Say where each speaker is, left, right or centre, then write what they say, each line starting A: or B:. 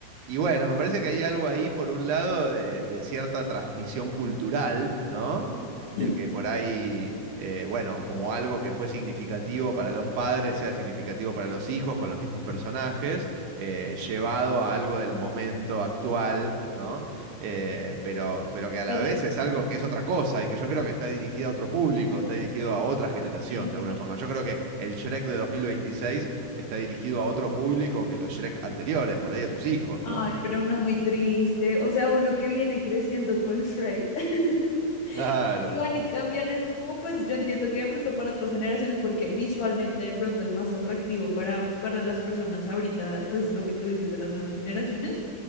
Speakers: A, on the right; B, on the left.
A: y bueno, me parece que hay algo ahí, por un lado, de, de cierta transmisión cultural, ¿no? De
B: <clears throat>
A: que por ahí, eh, bueno, como algo que fue significativo para los padres, sea significativo para los hijos, con los mismos personajes, eh, llevado a algo del momento actual, ¿no? Eh, pero, pero que a
B: Pero
A: la vez es algo que es otra cosa y que yo creo que está dirigida a otro público, está dirigido a otra generación,
B: sí.
A: de alguna forma. Yo creo que el Shrek de 2026 está dirigido a otro público que los Shrek anteriores, por ahí a sus hijos,
B: Ay,
A: ¿no?
B: pero uno muy triste, o sea, uno que viene creciendo con Shrek. <laughs>
A: Claro,
B: Y van y cambian eso, es como pues yo entiendo que de pronto para otras generaciones, porque visualmente de pronto es más atractivo para, para las personas ahorita, pues lo que tú dices de las nuevas generaciones,